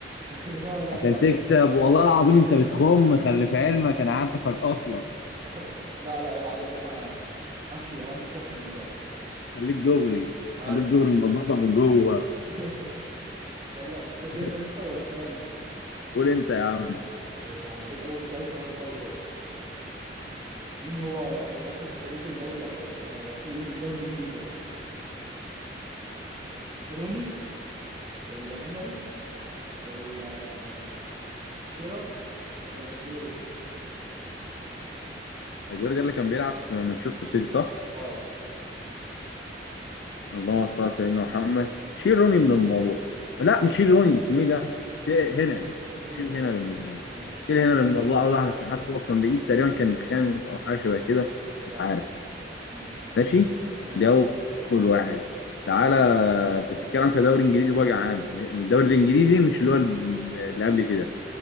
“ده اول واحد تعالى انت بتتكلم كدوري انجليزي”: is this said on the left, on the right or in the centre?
Left